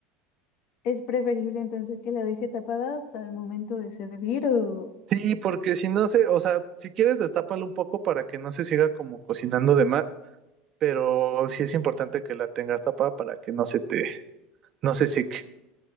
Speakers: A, on the left; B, on the right.
A: Es preferible entonces que la deje tapada hasta el momento de servir o...
B: Sí, porque si no se, o sea, si quieres destápalo un poco para que no se siga como cocinando de más, pero sí es importante que la tengas tapada para que no se te, no se seque.